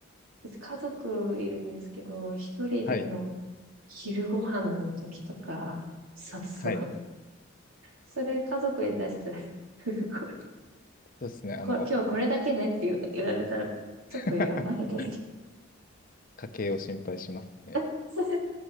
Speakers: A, on the right (about 85°); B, on the left (about 40°).
A: 家族いるんですけど、一人での
B: はい。
A: 昼ご飯の時とか、そうそう。
B: はい。
A: それ家族に出したら、<laughs> こ
B: そうですね。あの、
A: こ今日これだけねって言う言われたら、ちょっとやばいけ
B: <laughs> 家計を心配しますね。
A: ど。<laughs> それ